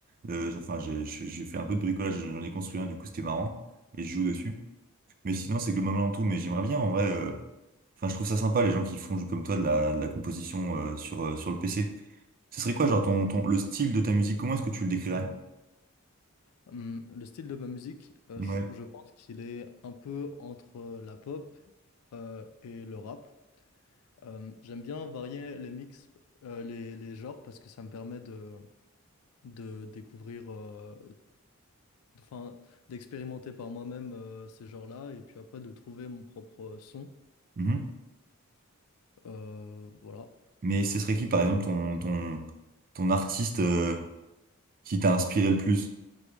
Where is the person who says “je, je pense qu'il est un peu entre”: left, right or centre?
Left